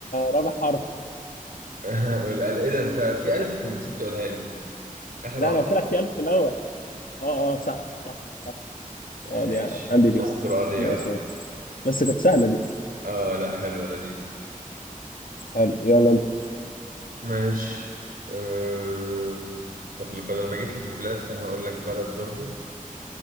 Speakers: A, on the left; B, on the right.
A: رابع حرف
B: <laughs> والال إيه ده أنت في ألف نسيت تقولها لي آخر
A: لا
B: واحدة
A: انا قلت لك في الف في الاول اه اه صح صح صح
B: ماشي
A: اه دي عندي دي
B: أستراليا
A: ماشي ماشي بس كانت سهله دي
B: آه لا حلوة لذيذ
A: حلو يلا انت
B: ماشي أه... طب بدل ما جيت لي في البلاد فأنا هقول لك بلد برضو